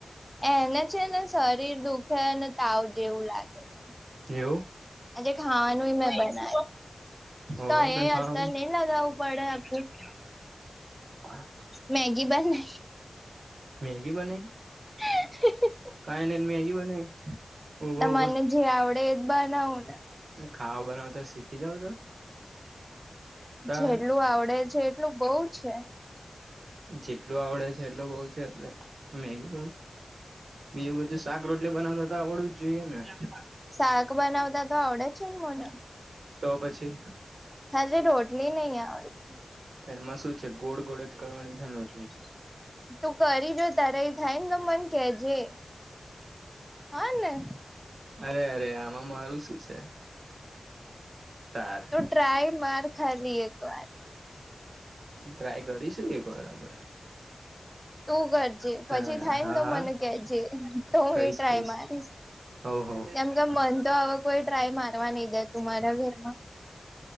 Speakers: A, in the centre; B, on the right (about 85°).
A: એને છે ને શરીર દુખે અને તાવ જેવું લાગે- છે
B: એવું
A: આજે ખાવાનું મેં બનાવ
B: ઓહો
A: તો અહી
B: તને ખબર
A: અસર નઈ લગાવ- પડ-
B: હા <unintelligible>
A: મેગી બને.
B: મેગી બને કે
A: હ <unintelligible>
B: કઈ નહી મેગી બ ઊભા
A: તમાને
B: ઊભા
A: જે આવડે એજ બનવું ને -
B: ખાવા બનાવ તો શીખી જાવ તો- તાર
A: જેટલું આવડે છે એટલું બઉ છે.
B: જેટલું આવડે છે એટલું બઉ છે એટલે મેગી- બીજું બધું શાક રોટલી બનાવને તો આવડવું જ જોઈએ ને-
A: શાક બનાવતા તો આવડે જ છે ને મને-
B: તો પછી-
A: હજી રોટલી નહી આવડે-
B: એમાં શું છે ગોળ ગોળ જ કરવાની છે રોટલી-
A: તું કરી જો તારા એ થાય ને તો મન કેજે હા ને-
B: અરે અરે આમાં મારું શું છે. તારા -
A: તું ટ્રાય માર ખાલી એક વાર-
B: ટ્રાય કરીશું એક વાર આપડે-
A: તું કરજે પછી
B: તારે
A: થાય
B: હા
A: ને તો
B: હા
A: મને કેજે તો હું
B: કહીશ
A: એ ટ્રાય
B: કહીશ
A: મારીશ-
B: હવ હવ
A: કેમ કે મન તો આવો કોઈ ટ્રાય મારવા નઈ દે તું મારા ઘરમાં-